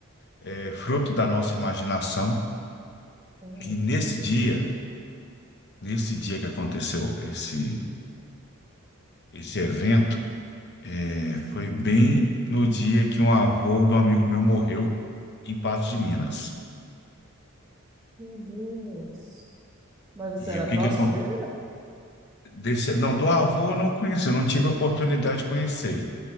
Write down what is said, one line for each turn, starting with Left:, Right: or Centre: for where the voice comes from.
Left: é, fruto da nossa imaginação.
Right: Aham.
Left: E nesse dia, nesse dia que aconteceu esse esse evento, é, foi bem no dia que um avô de um amigo meu morreu em Patos de Minas.
Right: Meu Deus. Mas você
Left: E
Right: era
Left: o que
Right: próximo
Left: que
Right: dele, não?
Left: aconteceu? Não, do avô eu não conheci, eu não tive a oportunidade de conhecer,